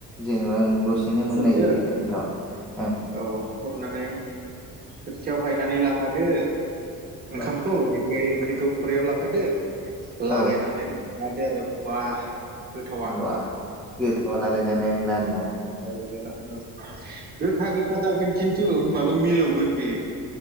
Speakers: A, in the centre; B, on the right (about 25°).
A: जेनेबा ओं दसेनो
B: खुरदो
A: मोननाय जायो आरो ओंखामा ओं।
B: औ खुरनानै थोरसियाव हायनानै लाखादो। ओंखामखौ
A: ओं
B: बे ओंख्रिखौ खुरायाव लाखादो।
A: औ
B: लागायनानै
A: औ औ
B: लादो आरो। बा। गोथावा
A: बा गोथावा लाइरायजानाय नंला आरो ना।
B: आलोगाला उम गोखा गोखा जागोन। खिन्थु होनबाबो मिलौगोन बेयो।